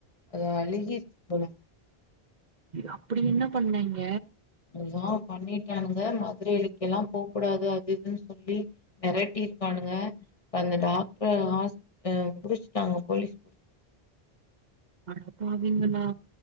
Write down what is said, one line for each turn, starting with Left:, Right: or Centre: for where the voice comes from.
Left: அது அழுகி போன
Right: அப்டி என்ன பண்ணாய்ங்க
Left: என்னமோ பண்ணிட்டானுங்க மதுரைகெல்லா போக்கூடாது அது இதுன்னு சொல்லி மெரட்டியிருக்கானுங்க அந்த டாக்டர ஹாஸ் ஆஹ் புடிச்சுட்டாங்க போலீஸ்
Right: அடப்பாவிங்களா